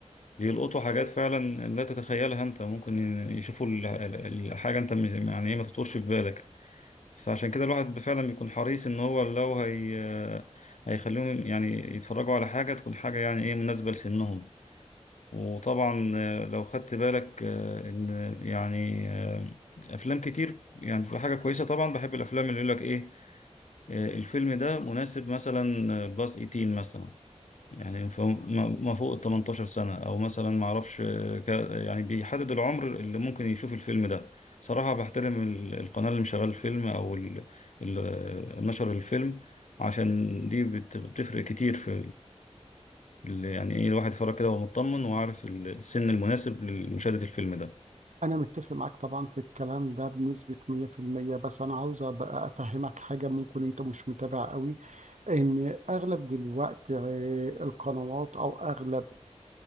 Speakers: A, on the left; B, on the right.
A: بيلقطوا حاجات فعلا لا تتخيلها انت ممكن ي- يشوفوا ال- ال- الحاجه انت م- يعني ايه ما تخطرش في بالك فعشان كده الواحد فعلا بيكون حريص ان هو لو هي آه، هيخليهم يعني يتفرجوا على حاجه تكون حاجه يعني ايه مناسبه لسنهم وطبعا آه، لو خدت بالك آه، ان يعني آه، افلام كتير يعني في حاجه كويسه طبعا بحب الافلام اللي يقول لك ايه آه، الفيلم ده مناسب مثلا آه، باس 18 مثلا يعني ف- ما ما فوق ال 18 سنه او مثلا ما اعرفش آه، كا- يعني بيحدد العمر اللي ممكن يشوف الفيلم ده صراحه بحترم ال- القناه اللي مشغله الفيلم او ال- ال- آه، نشر الفيلم عشان دي بت- بتفرق كتير في اللي يعني ايه الواحد يتفرج كده وهو مطمن وعارف ال- السن المناسب لمشاهدة الفيلم ده
B: أنا متفق معاك طبعا في الكلام ده بنسبة 100% بس أنا عاوز أبقى أفهمك حاجة ممكن أنت مش متابع قوي إن أغلب دلوقتي آه، القنوات أو أغلب